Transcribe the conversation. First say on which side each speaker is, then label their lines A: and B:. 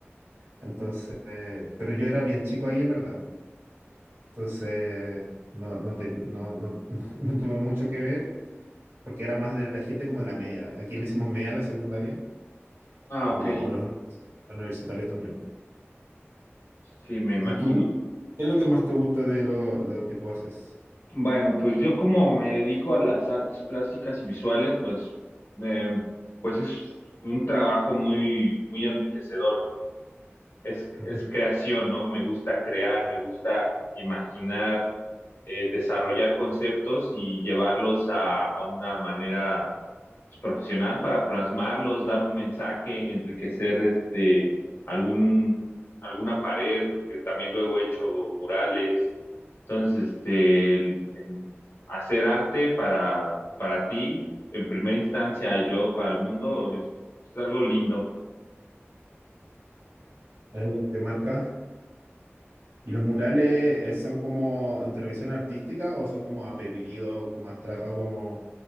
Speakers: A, on the right; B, on the left.
A: Entonces, eh, pero yo era bien chico ahí en verdad. Entonces, no, no, ten- no, no, <laughs> no tuve mucho que ver porque era más de la gente como de la media. Aquí le hicimos media a la secundaria,
B: Ah,
A: como
B: ok.
A: o los univers- universitarios también.
B: Sí, me imagino.
A: ¿Y tú? ¿Qué es lo que más te gusta de lo, lo que tú haces?
B: Bueno, pues yo como me dedico a las artes plásticas y visuales, pues, em, pues es un trabajo muy, muy enriquecedor. Es,
A: Ujú.
B: es creación, ¿no? Me gusta crear, me gusta imaginar, eh, desarrollar conceptos y llevarlos a, a una manera pues, profesional para plasmarlos, dar un mensaje, enriquecer este algún alguna pared, porque también luego he hecho murales entonces, este, el- el hacer arte para, para ti en primera instancia y luego para el mundo es, es algo lindo.
A: ¿Es algo que te marca? ¿Y los murales eh, son como intervención artística o son como a pedido, como has trabajado como